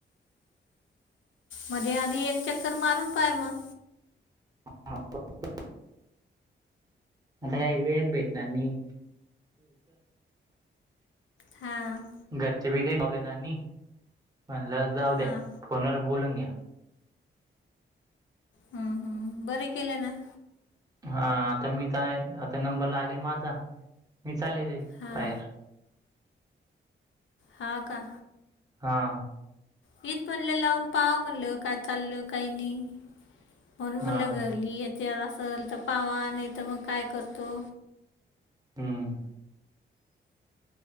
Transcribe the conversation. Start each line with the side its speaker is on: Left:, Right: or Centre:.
Left: मध्ये आधी एक चक्कर मारून पाय मग.
Right: <unintelligible> आता काही वेळच भेटणार नाही.
Left: हां.
Right: घरचे बी का जाऊ द्या नानी म्हणलं जाऊ द्या
Left: हां
Right: फोनवर बोलून घ्या.
Left: हम् हम् बरे केले ना.
Right: हा आता मी जाय आता नंबर लागेल माझा मी चालले तई
Left: हां
Right: बाहेर.
Left: हा का.
Right: हा.
Left: इथ म्हणलं लावून पाहा म्हणल काय चालल काही नाही. म्हणून
Right: हा
Left: मला घरली येेत असल तर पावा नाही तर मग काय करतो.
Right: हम्म